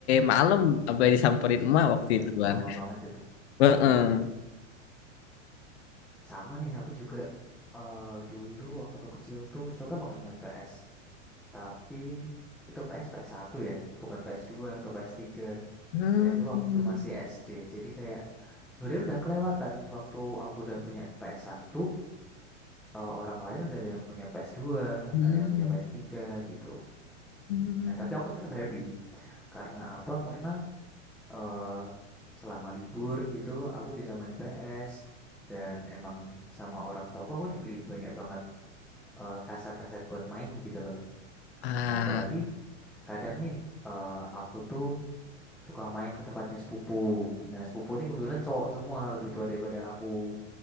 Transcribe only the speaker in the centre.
Mhm.
Wih,
lama banget itu.
Iya, sama nih aku juga eh dulu waktu kecil tuh suka banget main PS, tapi itu PS ps satu ya, bukan ps dua atau ps tiga.
Dan itu waktu masih SD. Jadi kayak sebenarnya udah kelewatan waktu aku udah punya PS1, eh, orang lain udah ada yang punya PS2,
ada yang punya PS3 gitu.
Nah, tapi aku tetap happy karena apa? Karena eh, selama libur gitu aku bisa main PS dan emang sama orang tua aku aku dibeliin banyak banget eh, kaset-kaset buat main gitu loh.
Nah, apalagi kadang nih eh, aku tuh suka main ke tempatnya sepupu. Nah, sepupu ini kebetulan cowok semua, lebih tua daripada aku.